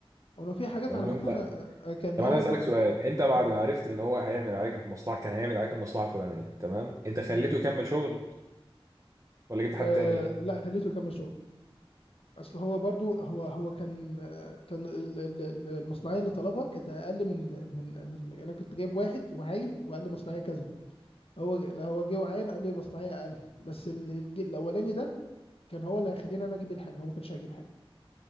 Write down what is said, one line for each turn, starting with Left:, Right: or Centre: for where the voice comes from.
Left: وانا في حاجات
Right: طب
Left: على
Right: وانت
Left: فكره انا آه، آه، كان
Right: طب
Left: هو
Right: انا عايز
Left: بر...
Right: اسالك سؤال انت بعد
Left: مم.
Right: ما عرفت ان هو هيعمل عليك المصلحة كان هيعمل عليك المصلحة الفلانية تمام انت خليته
Left: مم.
Right: يكمل شغل ولا جبت
Left: آه
Right: حد تاني
Left: لا خليته يكمل شغل اصل هو برضو هو هو كان آه، كان ال- ال- ال- المصنعيه اللي طلبها كانت اقل من من من يعني انا كنت جايب واحد وعاين وقال لي مصنعيه كذا هو لا، هو جه وعاين قال لي مصنعيه اقل بس اللي الج- الاولاني ده كان هو اللي هيخليني انا اجيب الحاجه هو ما كانش هيجيب حاجه